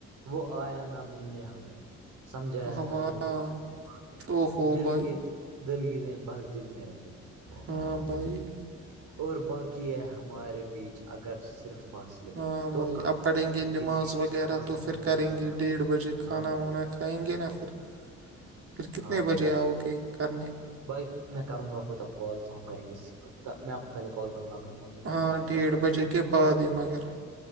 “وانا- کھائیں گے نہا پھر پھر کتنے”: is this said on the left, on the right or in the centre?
Right